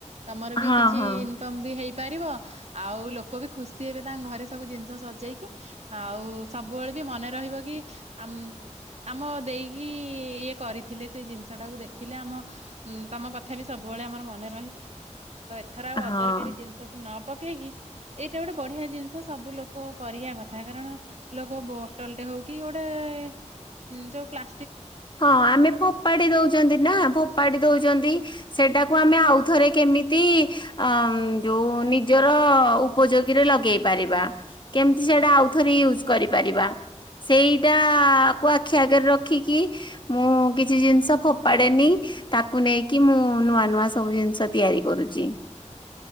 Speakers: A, on the right (about 60°); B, on the left (about 40°).
A: ତମର ବି
B: ହଁ
A: କିଛି
B: ହଁ
A: ଇନକମ ବି ହେଇ ପାରିବ ଆଉ ଲୋକ ବି ଖୁସି ହେବେ ତାଙ୍କ ଘରେ ସବୁ ଜିନିଷ ସଜେଇକି ଆଉ ସବୁବେଳେ ବି ମନେ ରହିବ କି ଆ ଆମ ଦେଇକି ଇଏ କରିଥିଲେ ସେଇ ଜିନିଷ ଟାକୁ ଦେଖିଲେ ଆମ ତମ କଥା ବି ସବୁବେଳେ ଆମର ମନେ ରହିବ। ତ ଏଥର ଆଉ
B: ହଁ।
A: ଅଦରକାରୀ ଜିନିଷକୁ ନ ପକେଇକି ଏଇଟା ଗୋଟେ ବଢିଆ ଜିନିଷ ସବୁ ଲୋକ କରିବା କଥା କାରଣ ଲୋକ ବୋଟଲଟେ ହଉ କିି ଗୋଟେ ଉଁ ଯୋଉ ପ୍ଲା
B: ହଁ ଆମେ ଫୋପାଡି ଦଉଛନ୍ତି ନା ଫୋପାଡି ଦଉଛନ୍ତି ସେଟା ତାକୁ ଆମେ ଆଉଥରେ କେମିତି ଅ ଯୋଉ ନିଜର ଉପଯୋଗୀରେ ଲଗେଇ ପାରିବା କେମିତି ସେଇଟା ଆଉଥରେ ୟୁଜ କରିପାରିବା ସେଇଟାକୁ ଆଖି ଆଗରେ ରଖିକି ମୁଁ କିଛି ଜିନିଷ ଫୋପାଡେନି ତାକୁ ନେଇକି ମୁଁ ନୂଆ ନୂଆ ସବୁ ଜିନିଷ ତିଆରି କରୁଛି।